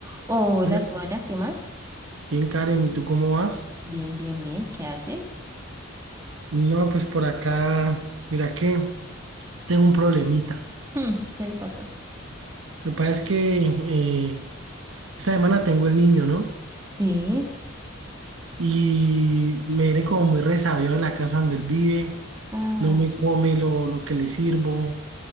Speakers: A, on the right; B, on the right.
A: Hola,
B: Hola,
A: Joana, ¿qué más?
B: bien, Karen, ¿y tú cómo vas?
A: Bien, bien, bien, ¿qué haces?
B: No, pues por acá, mira que tengo un problemita.
A: Hmm, ¿qué le pasó?
B: Lo que pasa es que eh, esta semana tengo el niño, ¿no?
A: Sí.
B: Y me viene como muy resabiado de la casa donde él vive.
A: Ah,
B: No me come lo, lo que le sirvo.